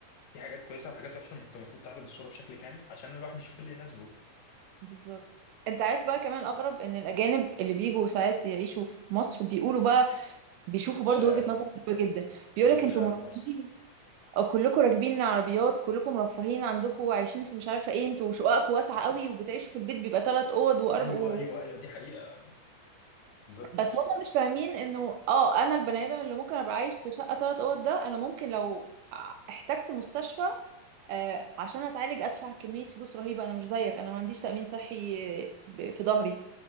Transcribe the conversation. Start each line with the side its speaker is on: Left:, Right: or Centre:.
Left: في حاجات كويسه وحاجات وحشه ما انت المفروض تعرض الصوره بشكل كامل عشان الواحد يشوف اللي يناسبه
Right: بالظبط انت عارف بقى كمان الأغرب ان الأجانب اللي بيجوا ساعات يعيشوا في مصر بيقولوا بقى بيشوفوا برضو
Left: شاعر
Right: وجهة نظر غريبة جدا بيقولك
Left: بيقولوا
Right: انتوا
Left: شاعر
Right: مرحبين
Left: في مصر
Right: أو كلكم راكبين عربيات كلكم رفاهين عندكم وعايشين في مش عارفه ايه انتوا شققكم واسعه قوي وبتعيشوا في البيت بيبقى ثلاث اوض وارب
Left: ايوه
Right: و...
Left: ايوه ايوه دي حقيقه بالظبط
Right: بس هما مش فاهمين انه اه انا البني ادم اللي ممكن ابقى عايش في شقه ثلاث اوض ده انا ممكن لو ع- احتجت مستشفى آه عشان اتعالج ادفع كميه فلوس رهيبه انا مش زيك انا ما عنديش تامين صحي آه، ب- في ظهري